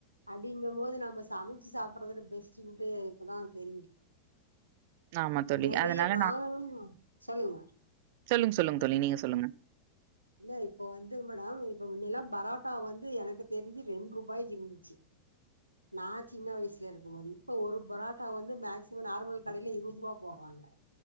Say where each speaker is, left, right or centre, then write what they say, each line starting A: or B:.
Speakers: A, on the right (about 85°); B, on the right (about 50°).
A: அப்டிங்கும் போது நம்ம சமைச்சி சாப்பிறது பெஸ்டுட்டு இப்பதா தெரியுது
B: ஆமா தோழி.
A: நறைய
B: அதனால
A: நாகளு சொல்லுங்க
B: சொல்லுங் சொல்லுங்க தோழி நீங்க சொல்லுங்க
A: இல்ல இப்போ வந்து மேடம் இப்ப முன்னைல்லா பரோட்டா வந்து எனக்கு தெரிஞ்சி ரெண்டு ரூபாய்க்கு இருந்து <unintelligible> நா சின்ன வயசுல இருக்கும்போது இப்ப ஒரு பொரோட்டா வந்து மேக்சிமம் நார்மல் கடைலே இருபது ரூபா போவாங்க